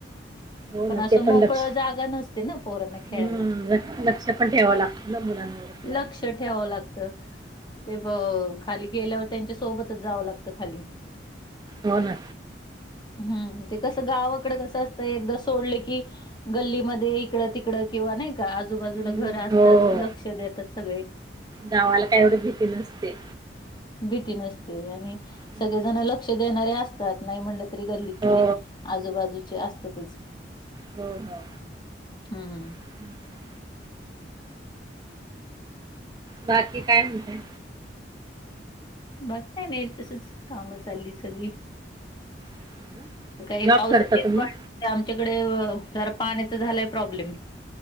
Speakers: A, on the left; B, on the right.
A: <inaudible>
B: हो
A: पण
B: ना
A: अस
B: ते
A: मोकळ
B: लक्ष
A: जाग नसत. पोरांना खेळायला
B: हम्म लक्ष लक्ष पण ठेवावं लागतं ना मुलांवरती आणि
A: लक्ष ठेव लागतं <inaudible> ते ब खाली गेल्यावर त्यांच्या सोबतच जावं लागतं खाली.
B: हो ना.
A: हम्म ते कस गावाकडे कसं असतंय एकदा सोडले की. गल्लीमध्ये इकडं तिकडं किंवा नाही. का आजूबाजूला
B: हम्म
A: घर असतात
B: हो
A: लक्ष देतात सगळे.
B: गावाला काय एवढी भीती नसते.
A: भीती नसते आणि
B: हं.
A: सगळेजण लक्ष देणारे असतात नाही म्हण गल्लीतले
B: हो
A: आजूबाजूचे असतातच.
B: हो हो
A: हम्म
B: हं. बाकी काय म्हणताय.
A: बाकी काय नाही तसच काम चालली सगळी.
B: हो ना.
A: काही
B: जॉब
A: पावसाचीच
B: करता तुम्ही?
A: वाढ आमच्याकडे जरा पाण्याचा झालंय प्रॉब्लेम.